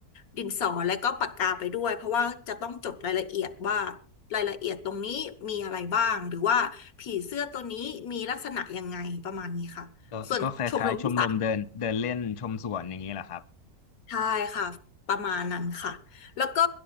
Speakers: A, on the left (about 70°); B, on the left (about 45°).
A: ดินสอและก็ปากกาไปด้วยเพราะว่าจะต้องจดรายละเอียดว่ารายละเอียดตรงนี้มีอะไรบ้างหรือว่าผีเสื้อตัวนี้มีลักษณะยังไงประมาณนี้ค่ะส่วนชมรมที่สาม
B: ก็ก็คล้ายๆชมรมเดินเดินเล่นชมสวนอย่างนี้เหรอครับ
A: ใช่ค่ะประมาณนั้นค่ะแล้วก็